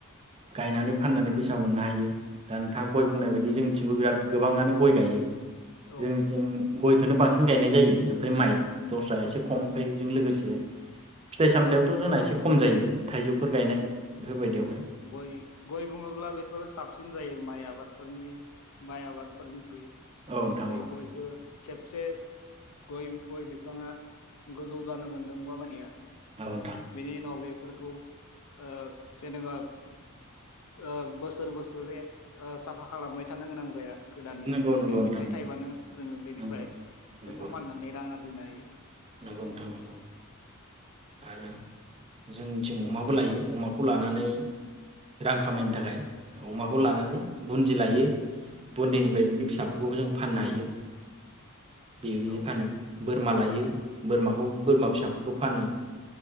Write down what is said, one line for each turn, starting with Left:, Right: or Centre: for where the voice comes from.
Right: गायनानै फाननानै फैसा मोननो हायो। दा नोंथाङा
Left: औ
Right: गय बुंनाय बायदि जों थिंबो बिराद गोबाङानो गय गायो।
Left: औ
Right: जोंनिथिं गयखौनो बांसिन गायनाय जायो। ओमफ्राय माइ दस्रा एसे खम
Left: औ
Right: ओमफ्राय बेजों
Left: औ
Right: लोगोसे फिथाइ-सामथायाबोथ' जोंना एसे खम जायो। थाइजौफोर
Left: औ
Right: गायनाय बेफोरबायदियावहाय
Left: औ गय-गय बुङोब्ला बेफोरो साबसिन जायो माइआ आबफोरनि माइ आबाद फोरनिख्रुइ
Right: औ नोंथां
Left: बै
Right: औ
Left: गयखौ खेबसे गय-गय बिफाङा गोजौ जानो मोनदों बाबानिया।
Right: औ नोंथां
Left: बिनि उनाव बे फोरखौ ओ जेनेबा ओ बोसोर बोसोर ओ साफा खालामबाय थानो गोनां जाया। गोदाननि
Right: नंगौ नंगौ
Left: बे
Right: नोंथां
Left: बिथाइ
Right: नंगौ
Left: टाइबानो जोङो बेनिफ्राय
Right: नंगौ नंगौ
Left: बेखौ फाननानै रां आरजि दि नायै
Right: नंगौ नोंथां नंगौ आरो जोंनिथिं अमाबो लायो अमाखौ लानानै रां खामायनो थाखाय
Left: औ
Right: अमाखौ
Left: औ
Right: लानानै ब बुन्दि लायो। बुन्दैनिफ्राय
Left: औ
Right: बिनि फिसाफोरखौबो जों फाननो हायो। बे बिदि
Left: औ
Right: फानो। बोरमा लायो। बोरमाखौ बोरमा फिसाफोरखौ फानो।